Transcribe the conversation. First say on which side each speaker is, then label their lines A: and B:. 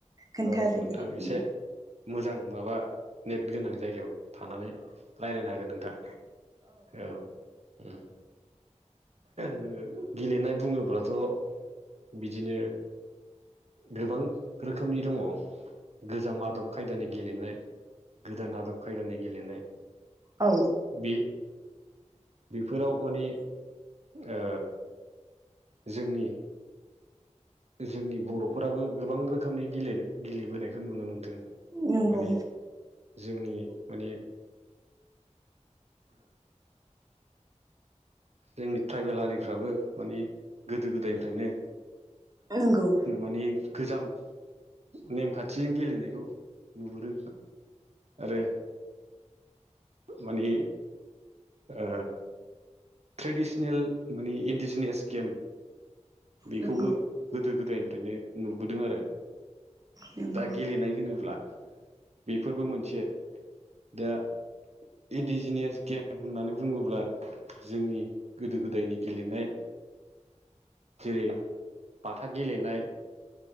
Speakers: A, on the right; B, on the right.
A: खोन्थादो
B: औ
A: दे नोंथां
B: एसे मोजां माबा नेट गोनां जायगायाव थानानै रायलायनो हागोन नोंथां औ उम नोंङो गेलेनाय बुंङोब्लाथ' बिदिनो गोबां रोखोमनि दंङो गोजाम आदब खायदानि गेलेनाय गोदान आदब खायदानि गेलेनाय
A: औ
B: बे बेफोराव माने ओ जोंनि जोंनि बर'फोराबो गोबां रोखोमनि गेलेनाय गेलेबोनायखौ नुनो मोन्थों
A: नंगौ
B: माने जोंनि माने जोंनि ट्राइबेल हारिफ्राबो माने गोदो गोदायनिफ्रायनो
A: नंगौ
B: माने गोजाम नेमखान्थिजों गेलेनायखौ नुहुरो आरो माने ओ ट्रेडिसनेल माने इन्डिजिनियास गेम बेखौबो
A: नंगौ
B: गोदो गोदायनिफ्रायनो नुबोदों आरो
A: नंगौ
B: दा गेलेनाय होनोब्ला बेफोरबो मोनसे दा इन्दिजिनियास गेम होननानै बुंङोब्ला जोंनि गोदो गोदायनि गेलेनाय जेरै बाथा गेलेनाय